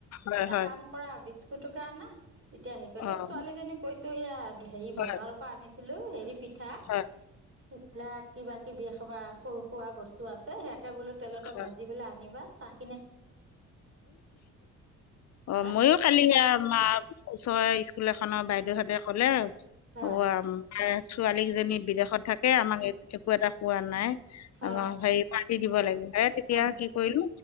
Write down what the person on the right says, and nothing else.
এটা
কাম কৰা বিস্ ফুটুকা আনা তেতিয়া সেই
ছোৱালীজনীক কৈছো এয়া হেৰি
বজাৰৰ পৰা আনিছিলো হেৰি পিঠা
এইবিলাক কিবা কিবি সবা সৰু সুৰা বস্তু আছে সে য়াকে বোলো তেলতে
ভাজি পেলাই আনিবা চাহ
হা
হয়
হয়
হয়